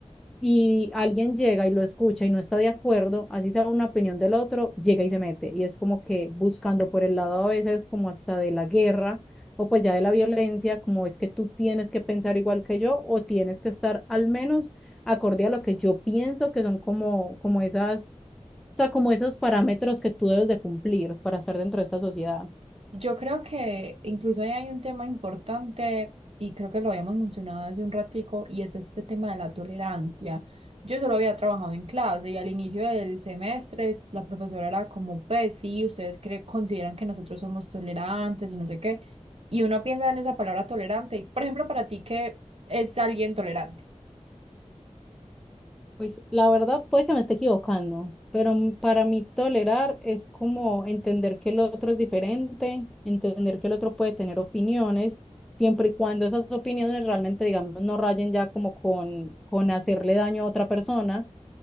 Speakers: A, in the centre; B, on the right.
A: y alguien llega y lo escucha y no está de acuerdo, así sea una opinión del otro, llega y se mete. Y es como que buscando por el lado a veces como hasta de la guerra o pues ya de la violencia, como es que tú tienes que pensar igual que yo o tienes que estar al menos acorde a lo que yo pienso que son como, como esas, o sea, como esos parámetros que tú debes de cumplir para estar dentro de esta sociedad.
B: Yo creo que incluso ahí hay un tema importante y creo que lo habíamos mencionado hace un ratico y es este tema de la tolerancia. Yo solo había trabajado en clase y al inicio del semestre la profesora era como, pues sí, ustedes cre- consideran que nosotros somos tolerantes y no sé qué. Y uno piensa en esa palabra tolerante. y, Por ejemplo, para ti, ¿qué es alguien tolerante?
A: Pues la verdad puede que me esté equivocando, pero m- para mí tolerar es como entender que el otro es diferente, entender que el otro puede tener opiniones, siempre y cuando esas opiniones realmente, digamos, no rayen ya como con, con hacerle daño a otra persona